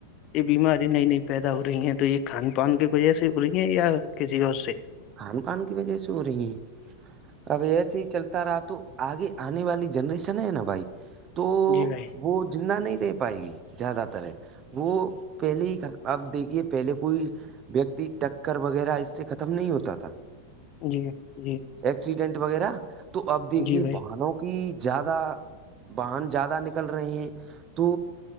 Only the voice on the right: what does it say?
کان کان کی وجہ سے ہو رہی ہیں اب ایسے ہی چلتا رہا تو آگے آنے والی جنریشن ہے نا بھائی تو
وہ جہ نہیں رہ پائے گی زیادہ تر ہے وہ پہلے ہی آپ دیکھیے پہلے کوئی ویکتی ٹکر وغیرہ اس سے ختم نہیں ہوتا تھا
ایکسیڈنٹ وغیرہ تو اب دیکھیے
باہنوں کو کہ زیادہ واہن زیادہ نکل رہے ہیں تو